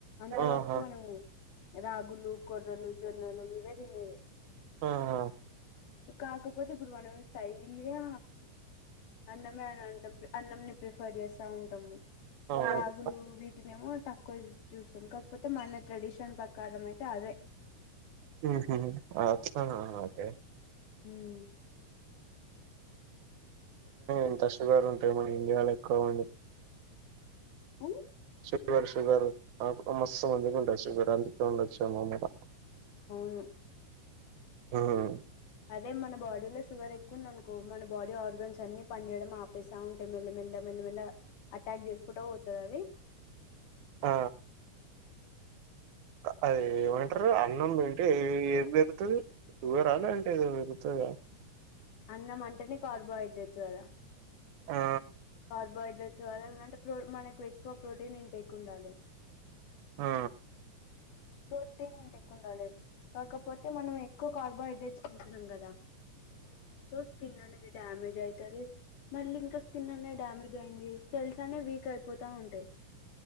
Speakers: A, on the left (about 80°); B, on the right (about 75°).
A: అంతవరకి
B: ఆహా
A: మనం రాగులు కొర్రలు జొన్నలు అవే తినేది
B: ఆహ
A: కాకపోతే ఇప్పుడు మనం స్టైల్గా అన్నమే అని అంటాం అన్నంని ప్రిఫర్ చేస్తా ఉంటాము
B: అవును
A: రాగులు వీటినేమో తక్కువ చూస్తాం కాకపోతే మన ట్రెడిషన్ ప్రకారం అయితే అదే
B: ఊహు అట్లనా ఓకే
A: హూమ్
B: ఇంత శుగరు మన ఇండియాలో ఎక్కువ ఉంది
A: ఉమ్
B: షుగర్ షుగర్ మస్తు మందికి ఉండొచ్చు వఇక్కడ అందుకే ఉండొచ్చు అనమాట
A: అవును
B: ఉహూ
A: అదే మన బాడీలో షు షుగర్ ఎక్కువుందనుకో మన బాడీ ఆర్గన్స్ అన్ని పని చేయడం ఆపేస్తాఉంటాయి మెల్లమెల్ల మెల్లమెల్ల అటాక్ చేసుకుంటా పోతుంది అది
B: ఆ
A: అ
B: అది ఏమంటారు అన్నం తింటే ఏది పెరుతుంది షుగరా అంటే ఏదో పెరుగు వస్తది గా
A: అన్నం అంటేనే కార్బోహైడ్రేట్స్ కదా
B: ఆ
A: కార్బోహైడ్రేట్స్ అంటే ప్రో మనకు ఎక్కువ ప్రోటీనెంట్ ఎక్కువ ఉండాలి
B: ఆ
A: ప్రోటీన్ ఇంక ఎక్కువ ఉండాలి కాకపోతే మనం ఎక్కువ కార్బోహైడ్రేట్స్ తింటున్నాం కదా సో స్కిన్ అనేది డ్యామేజ్ అవుతుంది మళ్ళ ఇం స్కిన్ అనే డమజ్ అయి్యంది సెల్స్ అనే వీక్ అయింది పోతా ఉంటాయి